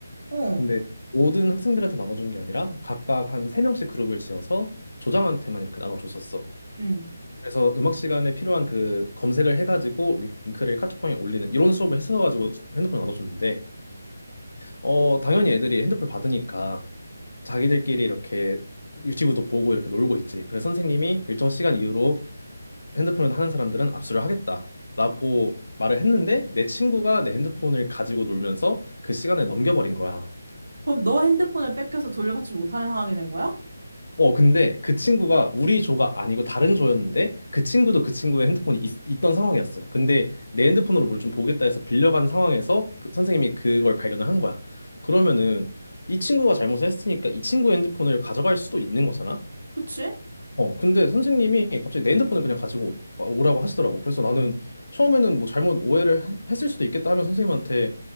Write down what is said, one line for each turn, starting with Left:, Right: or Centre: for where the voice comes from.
Right: 어,
Left: 근데 모든 학생들한테 나눠주는 게 아니라 각각 한 세명씩 그룹을 지어서 조장한테만 이렇게 나눠줬었어.
Right: 음,
Left: 그래서 음악 시간에 필요한 그 검색을 해가지고 링크를 카톡방에 올리는 이런 수업을 했어가지고 핸드폰 나눠줬는데 어 당연히 애들이 핸드폰 받으니까 자기들끼리 이렇게 유튜브도 보고 이렇게 놀고 있지. 그래서 선생님이 일정 시간 이후로 핸드폰을 하는 사람들은 압수를 하겠다라고 말을 했는데 내 친구가 내 핸드폰을 가지고 놀면서 그 시간을 넘겨버린 거야.
Right: 그럼 너 핸드폰을 뺏겨서 돌려받지 못하는 상황이 된 거야?
Left: 어, 근데 그 친구가 우리 조가 아니고 다른 조였는데 그 친구도 그 친구의 핸드폰이 있, 던 상황이었어. 근데 내 핸드폰으로 뭘 좀 보겠다 해서 빌려간 상황에서 그 선생님이 그걸 발견을 한 거야. 그러면은 이 친구가 잘못을 했으니까 이 친구의 핸드폰을 가져갈 수도 있는 거잖아?
Right: 그치?
Left: 어, 근데 선생님이 갑자기 내 핸드폰을 그냥 가지고 오- 오라고 하시더라고. 그래서 나는 처음에는 뭐 잘못 오해를 했- 했을 수도 있겠다 하면 선생님한테